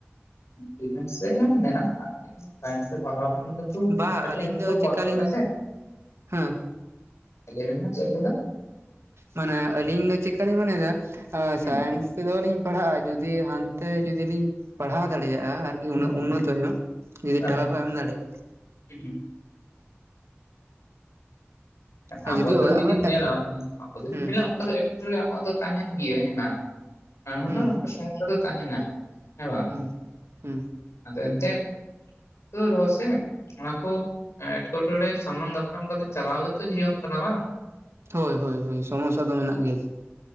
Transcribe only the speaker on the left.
ᱰᱤᱯᱷᱮᱱᱥ ᱨᱮ ᱦᱚ ᱢᱮᱱᱟᱜ ᱠᱟᱫ ᱥᱟᱭᱮᱱᱥ ᱛᱮ ᱯᱟᱲᱦᱟᱣ ᱠᱟᱱᱟ ᱡᱮᱦᱮᱛᱩ
ᱠᱚᱥᱴᱚ ᱢᱮ ᱥᱮ
ᱞᱟᱹᱭ ᱢᱮ ᱪᱮᱫ ᱮᱢ ᱞᱟᱹᱭ ᱫᱟ
ᱦᱩᱸ
ᱦᱩᱸ ᱦᱩᱸ
ᱦᱮᱸ
<unintelligible>
ᱟᱵᱚ
ᱫᱚ
ᱡᱩᱫᱤᱢ
ᱧᱮᱞᱟ ᱟᱵᱚ ᱫᱚ ᱡᱩᱫᱤᱢ
ᱧᱮᱞᱟ ᱚᱱᱠᱟ ᱫᱚ ᱮᱠᱪᱩᱞᱤ ᱟᱢᱟᱜ ᱫᱚ ᱛᱟᱦᱮᱱ ᱜᱤᱭᱟ ᱦᱮᱸ ᱵᱟᱝ ᱱᱟᱱᱟ ᱦᱩᱱᱟᱨ
ᱥᱚᱢᱚᱥᱭᱟ. ᱫᱚ ᱛᱟᱦᱮᱱᱟ ᱦᱮ ᱵᱟᱝ
ᱟᱫᱚ ᱮᱱ ᱛᱮ ᱛᱚ ᱨᱮᱦᱚᱸ ᱥᱮ ᱚᱱᱟ ᱠᱚ ᱮᱴᱠᱮᱴᱚᱬᱮ ᱥᱟᱢᱟᱝ ᱫᱟᱯᱨᱟᱢ ᱠᱟᱛᱮ ᱪᱟᱞᱟᱣ ᱞᱮ ᱜᱮ.... ᱡᱤᱭᱚᱱ ᱠᱟᱱᱟ ᱵᱟᱝ